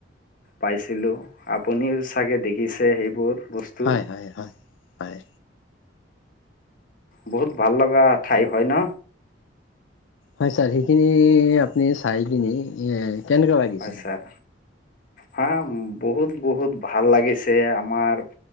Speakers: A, on the left; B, on the left.
A: পাইছিলোঁ। আ আপুনিয়ো চাগে দেখিছে সেইবোৰ বস্তু।
B: হয় হয় হয়
A: বহুত ভাল লগা ঠাই হয় ন।
B: হয় ছাৰ সেইখিনি আপুনি চাই কিনে এ কেনেকা লাগিছে।
A: হয় ছাৰ হা বহুত বহুত ভাল লাগিছে আমাৰ